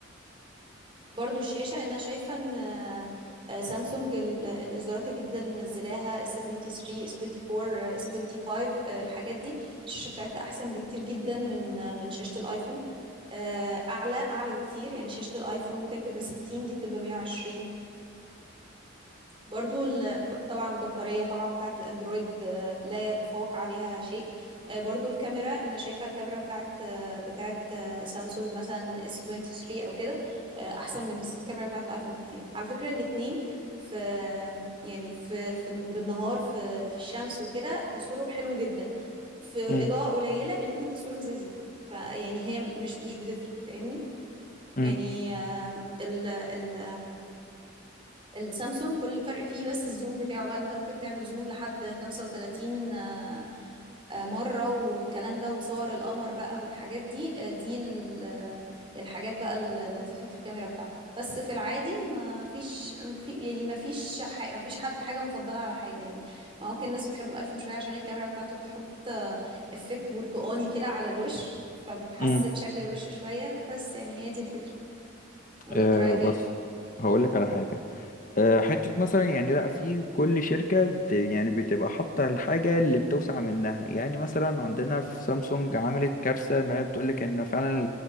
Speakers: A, on the right; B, on the left.
A: برضو الشاشة أنا شايفة إن آه، آه، سامسونج ال- الإصدارات الجديدة اللي منزلاها S23 S24 آه، S25 آه، الحاجات دي الشاشة بتاعتها أحسن بكتير جدا من آه، من شاشة الآيفون آه، أعلى أعلى بكتير يعني شاشة الآيفون ممكن تبقى 60 دي بتبقى 120 برضو ال- طبعا البطارية طبعا بتاعت الأندرويد آه، لا يتفوق عليها شيء آه، برضو الكاميرا أنا شايفة الكاميرا بتاعت آه، بتاعت آه، سامسونج مثلا اس 23 أو كده آه، أحسن من الكاميرا بتاعت الآيفون بكتير على فكرة الاتنين في يعني في, في بالنهار في في الشمس وكده تصويرهم حلو جدا في
B: امم
A: إضاءة قليلة الاتنين تصويرهم زي الزفت فيعني هي مش مش بتفرق فاهمني
B: امم
A: يعني آه، ال ال السامسونج كل الفرق فيه بس الزوم بتاعه بقى انت ممكن تعمل زوم لحد 35 آه، آه، مرة والكلام ده وتصور القمر بقى والحاجات دي آه، دي ال- آه، الحاجات بقى اللطيفة في الكاميرا بتاعته بس في العادي ما فيش في يعني ما فيش ح- ما فيش حد حاجة مفضلة على حاجة يعني ممكن الناس بتحب الايفون شوية عشان الكاميرا بتاعته بتحط آه، افكت برتقاني كده على الوش فبتحسن
B: امم
A: شكل الوش شوية بس يعني هي دي الفكرة ولا
B: أه
A: انت رأيك
B: بص
A: ايه؟
B: هقول لك على حاجه أه حته مثلا يعني لا في كل شركه بت يعني بتبقى حاطه الحاجه اللي بتوسع منها يعني مثلا عندنا
A: مم.
B: في سامسونج عملت كارثه ان هي بتقول لك ان فعلا